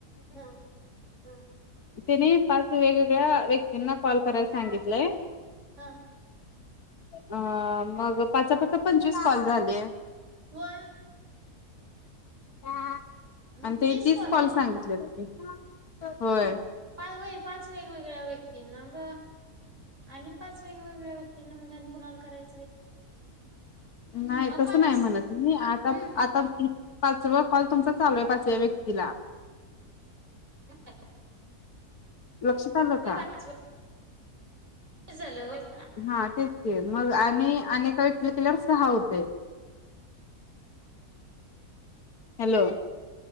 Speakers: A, on the right; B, on the left.
A: हम-हम्म
B: त्यांनी पाच वेगवेगळ्या व्यक्तींना कॉल कराय सांगितलंय.
A: हा
B: अ मग पाचा पाचा पंचवीस कॉल झाले.
A: होय
B: हा आणि
A: मग
B: तेनी तीस कॉल
A: आहेत
B: सांगितलेत
A: ना
B: की होय
A: पाय व्हय पाच वेगवेगळ्या व्यक्तींना क आणि पाच वेगवेगळ्या व्यक्तींना म्हणजे आणि कुणाल कराय
B: नाही
A: मग
B: तसं
A: पाच
B: नाही म्हणत मी आता
A: हम्म
B: आता पाचवा कॉल तुमचा चालू आहे पाचव्या व्यक्तीला
A: <inaudible>
B: लक्षात आल
A: होय
B: का?
A: पाच <unintelligible> झालं व्हय.
B: हा तेच की मग आणि आणिक.... <inaudible> सहा होतय हॅलो